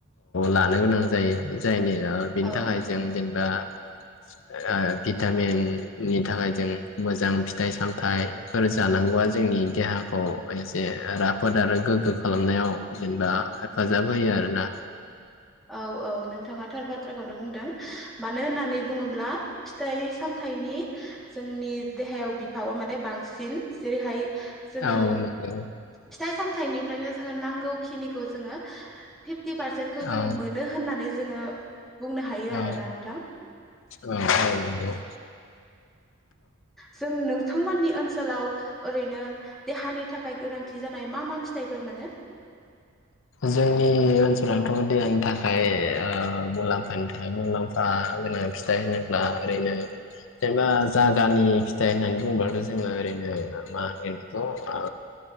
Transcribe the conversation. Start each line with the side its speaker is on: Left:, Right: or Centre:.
Left: लानो गोनां जायो। जायनि बिनि
Centre: औ
Left: थाखाय जों जेनेबा ओ भिटामिननि थाखाय जों मोजां फिथाइ सामथाइफोर जानांगौआ जोंनि देहाखौ एसे राफोद आरो गोग्गो खालामनायाव जेनेबा हेफाजाब होयो आरोना।
Centre: औ औ नोंथाङा थार बाथ्राखौनो बुंदों मानो होनना नै बुंङोब्ला फिथाइ सामथाइनि जोंनि देहायाव बिफावा माने बांसिन जेरैहाय जोङो
Left: औ नंगौ
Centre: फिथाइ सामथाइ निफ्रायनो जोङो नांगौ खिनि जोङो पिपथि पारसेन्ट जोङो
Left: औ
Centre: मोनो होननानै जोङो बुंनो हायो
Left: औ
Centre: आरोना नोंथां।
Left: औ नंगौ
Centre: जों नोंथांमोननि ओनसो सोलाव ओरैनो देहानि थाखाय गोनांथि जानाय मा मा फिथाइफोर मोनो?
Left: जोंनि ओनसोलावनथ' देहानि थाखाय ओ मुलाम्फानि थाखाय मुलाम्फा गोनां फिथाइ होनोब्ला ओरैनो जेनबा जागानि फिथाइ होननानै बुङोबथ' जोङो ओरैनो मा होनगोन बेखौ आ